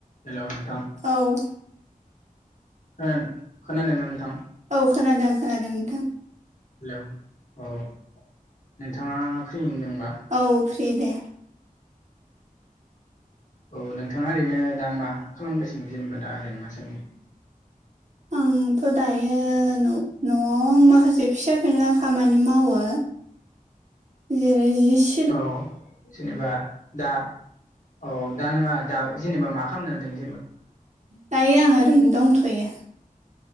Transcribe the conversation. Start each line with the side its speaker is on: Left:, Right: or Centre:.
Left: hello नोंथां
Right: औ
Left: ओं खोनादोंना नोंथां
Right: औ खोनादों खोनादों नोंथां
Left: हेलौ औ नोंथाङा फ्रि होनदोंबा
Right: औ फ्रि दे
Left: औ नोंथाङा ओरैनो दा मा खालामगासिनो जेनेबा दा ओरैनो मा सान
Right: आंथ' दायो न'आव आं माखासे फिसा फेनला खामानि मावो
Left: <inaudible>
Right: जेरै जिस
Left: औ जेनेबा दा औ दा नङा दा जेनेबा मा खामदों दिनि
Right: दायो आं ओरैनो दंथ'यो